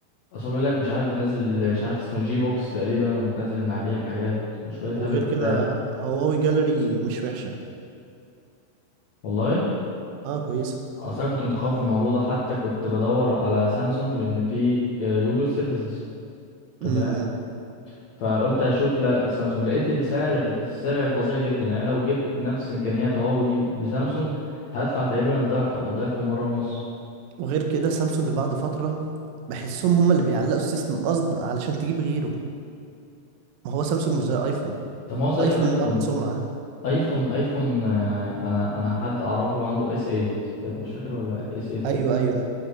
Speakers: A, on the left (about 75°); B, on the right (about 80°).
A: اصل بيقول لك مش عارف بتنزل مش عارف اسمه جي بوكس تقريبا وبتنزل من عليه الحاجات وشوية
B: وغير
A: هبل كده
B: كده
A: يعني.
B: هواوي جاليري مش وحشة
A: والله
B: اه كويسة
A: اه اصل انا كنت متخوف من الموضوع ده حتى كنت بدور على سامسونج لان في آه، جوجل سيرفيسز
B: امم
A: انت فاهم فقلت اشوف لا سامسونج لقيت السعر السعر فظيع جدا يعني لو جبت نفس امكانيات هواوي دي بسامسونج هدفع تقريبا الضعف او الضعف ومره ونص
B: وغير كده سامسونج بعد فترة بحسهم هم اللي بيعلقوا السيستم قصد علشان تجيب غيره ما هو سامسونج مش زي ايفون
A: طب ما هو زي
B: ايفون
A: ايفون
B: واخد سمعة
A: ايفون ايفون آه، انا انا حد اعرفه عنده اس 8 مش فاكر ولا اس 8
B: ايوه ايوه